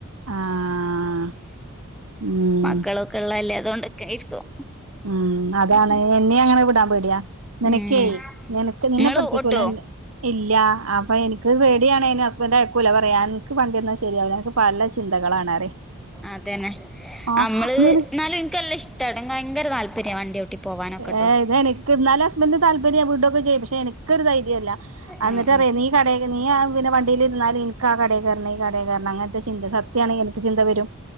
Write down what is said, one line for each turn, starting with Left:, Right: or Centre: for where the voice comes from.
Right: ആഹ് ഉം
Centre: മക്കളൊക്കെള്ളതല്ല അതുകൊണ്ടൊക്കെയിരിക്കും
Right: ഉം അതാണ് എന്നെ അങ്ങനെ വിടാൻ പേടിയാ നിനക്കേയ്
Centre: ഉം
Right: നിനക്ക് നിന്നെ
Centre: ഇങ്ങള്
Right: പഠിപ്പിക്കൂല
Centre: ഓട്ടോ
Right: ഇല്ല അപ്പൊ എനിക്ക് പേടിയാണ് അയ്ന് ഹസ്ബൻഡയക്കൂല പറയാൻ ക്ക് വണ്ടി തന്നാ ശെരിയാവൂല അൻക് പല ചിന്തകൾ ആ പറയും
Centre: അതന്നെ
Right: ആഹ്
Centre: അമ്മള്
Right: നിന
Centre: ന്നാലും ഇൻകല്ലാം ഇഷ്ടണ് ഭയങ്കര താല്പര്യ വണ്ടി ഓട്ടി പോവാനൊക്കെട്ടോ
Right: ഏഹ് ഇതെനിക്ക് എന്നാലും ഹസ്ബൻറ്റ് താല്പര്യം വീടുക്കെ ചെയും പഷേ എനക്കൊരു ധൈര്യല്ലാ അന്നിട്ട്
Centre: ആഹ്
Right: റായ നീ ഈ കട നീ പിന്നെ വണ്ടിൽിരുന്നാലും എനിക്ക് ആ കടയി കറണം ഈ കടയി കറണം അങ്ങനത്തെ ചിന്ത സത്യാണെിൽ എനിക്ക് ചിന്ത വരും